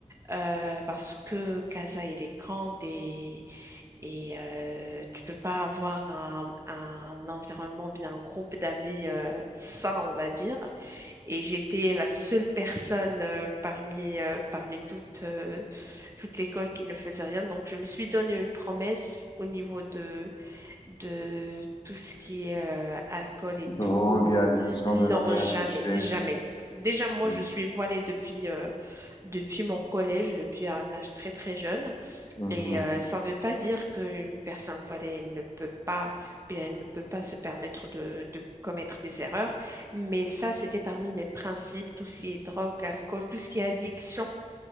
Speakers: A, on the right; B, on the left.
A: Euh, parce que casa, il est grand et et euh, tu peux pas avoir un, un environnement, bien un groupe d'amis euh, sain, on va dire. Et j'étais la seule personne euh, parmi, euh, parmi toute, euh, toute l'école qui ne faisait rien. Donc, je me suis donné une promesse au niveau de, de tout ce qui est euh, alcool et
B: Drogue
A: tout. Euh,
B: et addiction
A: n- non,
B: de ne rien
A: jamais,
B: toucher.
A: jamais. Déjà, moi,
B: Mhm.
A: je suis voilée depuis, euh, depuis mon collège, depuis un âge très, très jeune.
B: Mhm.
A: Et euh, ça ne veut pas dire qu'une personne voilée ne peut pas, ou bien elle ne peut pas se permettre de, de commettre des erreurs. Mais ça, c'était parmi mes principes, tout ce qui est drogue, alcool, tout ce qui est addiction.